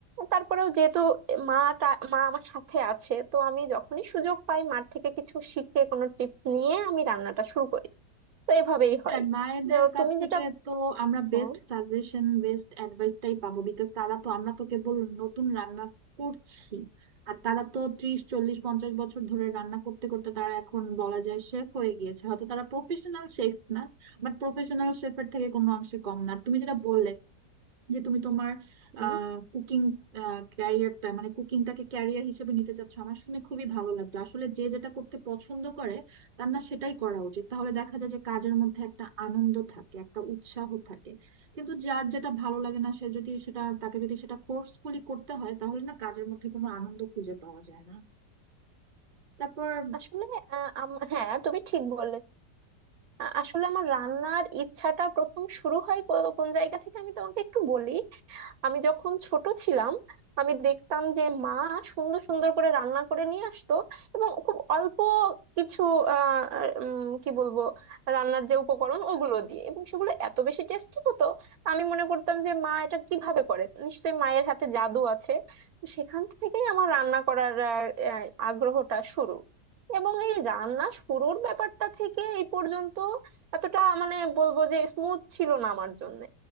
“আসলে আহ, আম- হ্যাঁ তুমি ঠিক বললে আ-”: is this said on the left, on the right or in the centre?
Right